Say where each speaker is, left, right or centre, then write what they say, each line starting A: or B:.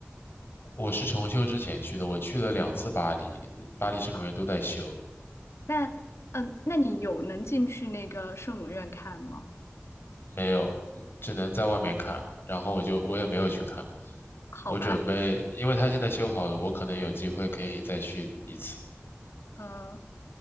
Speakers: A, on the left; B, on the left.
A: 我是重修之前去的，我去了两次巴黎，巴黎圣母院都在修。
B: 哦，那嗯、呃那你有能进去那个圣母院看吗？
A: 没有，只能在外面看。然后我就我也没有去看，
B: 好吧，
A: 我准备，因为它现在修好了，我可能有机会可以再去一次。
B: 嗯，